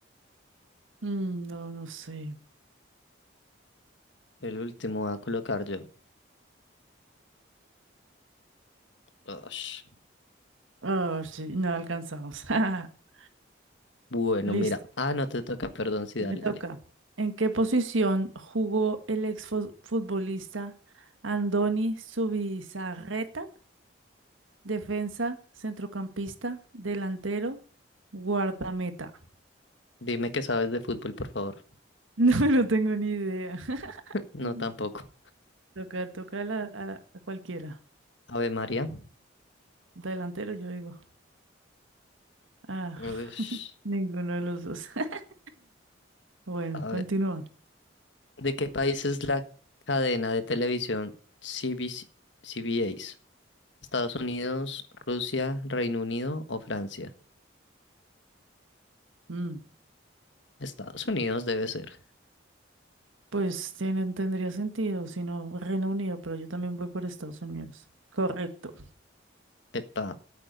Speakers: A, on the right; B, on the left.
A: Mm, no, no sé.
B: El último voy a colocar yo. Ush.
A: Ah, sí, no alcanzamos. <laughs>
B: Bueno,
A: Listo,
B: mira. Ah, no te toca, perdón, sí,
A: me
B: dale,
A: toca.
B: dale.
A: ¿En qué posición jugó el exfutbolista Andoni Zubizarreta? Defensa, centrocampista, delantero, guardameta. <laughs>
B: Dime que sabes de fútbol, por favor.
A: No, no tengo ni idea. <laughs>
B: No, tampoco.
A: Toca, toca a, la- a la- a cualquiera.
B: Ave María.
A: Delantero, yo digo. Ah,
B: Ush.
A: <laughs> ninguno de los dos. <laughs> Bueno,
B: A
A: continúa.
B: ver. ¿De qué país es la cadena de televisión CBC? CBS? Estados Unidos, Rusia, Reino Unido o Francia.
A: Mm,
B: Estados Unidos debe ser.
A: Pues tiene, tendría sentido, si no Reino Unido, pero yo también voy por Estados Unidos. Correcto.
B: Epa,